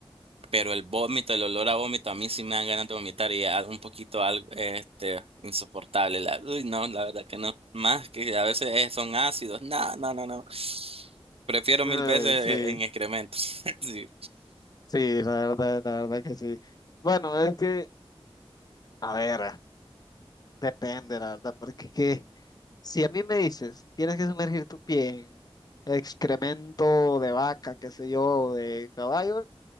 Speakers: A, on the right; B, on the left.
A: Pero el vómito, el olor a vómito, a mí sí me dan ganas de vomitar y es un poquito algo, este, insoportable. La, uy, no, la verdad que no. Más que a veces eh, son ácidos. No, no, no, no. Prefiero
B: Ay,
A: mil veces
B: Sí,
A: eh, en excrementos. <laughs> Sí.
B: sí, la verdad, la verdad que sí. Bueno, es que, a ver, ah, depende, la verdad, porque que, si a mí me dices, tienes que sumergir tu pie en excremento de vaca, qué sé yo, de caballo,